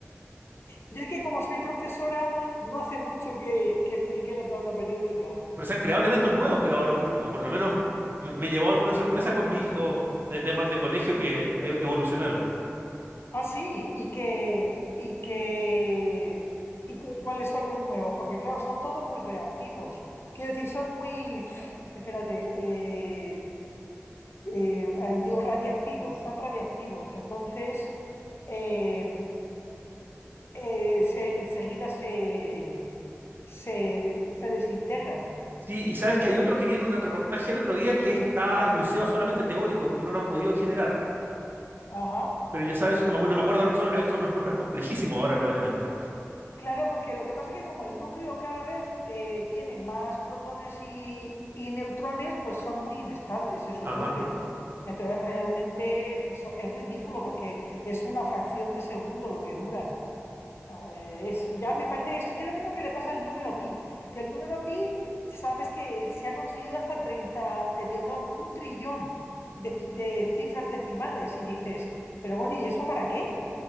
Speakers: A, on the left; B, on the right.
A: Yo es que como soy profesora, no hace mucho que, que expliqué la tabla periódica.
B: Pero se han creado elementos nuevos, creo, ahora último. Por lo menos me, me llevó alguna sorpresa con mi hijo de temas de colegio que e- evolucionaron.
A: Ah, sí, y que, y que, y que- cuáles son los nuevos, porque claro, son todos muy reactivos. Quiero decir, son muy, espérate, eh, eh, eh, digo, radiactivos, son radiactivos. Entonces, eh, eh, se- enseguida se, se, se desintegran.
B: Sí, y sabes que hay otro que viene en un reportaje el otro día que está enunciado solamente teórico porque no lo han podido generar.
A: Ajá.
B: Pero ya sabes, no me, acu- no me acuerdo, son, hay- son unos nombres complejísimos ahora los elementos.
A: Claro, porque lo que pasa es que como el núcleo cada vez eh, tiene más protones y, y neutrones, pues son muy inestables esos
B: Ajá.
A: núcleos. Entonces, realmente eso es ridículo porque es una fracción de segundo lo que duran. Eh, es- ya me parece, es, es lo mismo que le pasa al número pi, que el número pi, sabes que se ha conseguido hasta 30 eh, de, perdón, un trillón de, ci- de cifras decimales y dices, pero bueno, ¿y eso para qué?